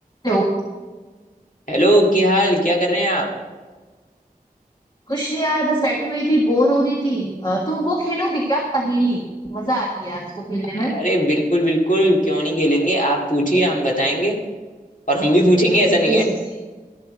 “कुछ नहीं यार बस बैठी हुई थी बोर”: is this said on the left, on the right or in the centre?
Left